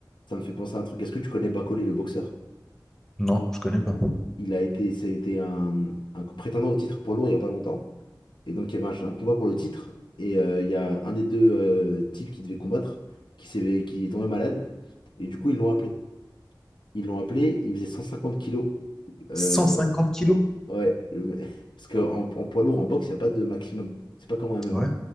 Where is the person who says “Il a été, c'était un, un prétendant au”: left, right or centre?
Left